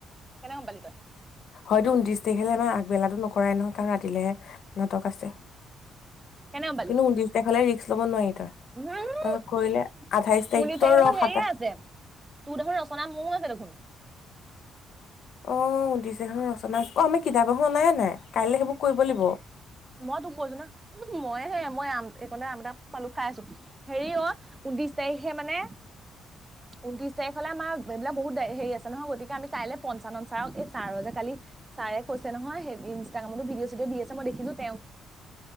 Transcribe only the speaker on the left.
হয়তো ঊনত্ৰিশ তাৰিখে আমাৰ আগবেলাটো নকৰাই নহয় কাৰণ ৰাতিলেহে নাটক আছে।
কিন্তু ঊনত্ৰিশ তাৰিখলে ৰিস্ক ল'ব নোৱাৰি তই
তই
কৰিলে আঠাইশ তাৰিখ তই
ৰ সাতাইশ
অ' উনত্ৰিশ তাৰিখলে ৰচনা আছে, অ' আমি কিতাপ দেখোন অনাই নাই, কাইলৈ সেইবোৰ কৰিব লাগিব।